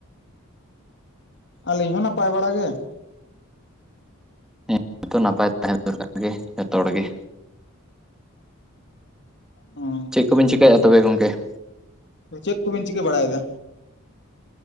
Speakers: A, on the left; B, in the centre.
A: ᱟᱹᱞᱤᱧ ᱦᱚᱸ ᱱᱟᱯᱟᱭ ᱵᱟᱲᱟ ᱜᱮ ᱾
B: ᱦᱮᱸ ᱛᱚ ᱱᱟᱯᱟᱭ ᱛᱟᱦᱮᱸ ᱫᱚᱨᱠᱟᱨ ᱜᱮ ᱡᱚᱛᱚ ᱦᱚᱲ ᱜᱮ᱾
A: ᱦᱚᱸ
B: ᱪᱮᱜ ᱠᱚᱵᱤᱱ ᱪᱤᱠᱟᱹᱭᱟ ᱛᱚᱵᱮ ᱜᱚᱝᱠᱮ ᱾
A: ᱪᱮᱫ ᱠᱚᱵᱤᱱ ᱪᱤᱠᱟᱹ ᱵᱟᱲᱟᱭᱫᱟ?